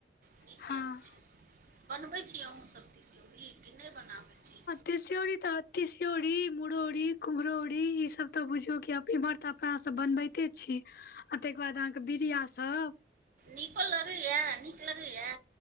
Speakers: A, on the right (about 50°); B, on the left (about 55°).
A: नीक
B: हँ
A: लगैत छै। बनबैत छी अहुंसभ तिसियौरी कि नहि बनाबैत छी।
B: तसियोरी त तिसियौरी, मुरौरी, कुम्हरौरी ई सब तऽ बुझियौ क अप इमहर त अपना सब बनबैते छी आ तकर बाद अहाँके बिरिया सब।
A: नीको लगैया नीक लगैया।